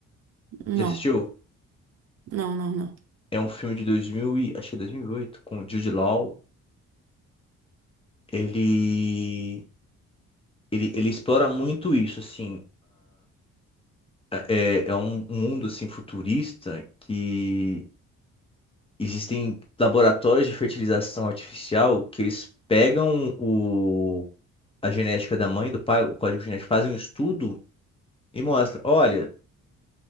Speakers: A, on the right; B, on the left.
A: Não,
B: Já assistiu?
A: não, não, não.
B: É um filme de dois mil e, acho que é 2008 com o Jude Law. Ele, ele, ele explora muito isso, assim. é, é um mundo assim futurista que existem laboratórios de fertilização artificial que eles pegam o, a genética da mãe e do pai, o código genético, fazem um estudo e mostra, olha,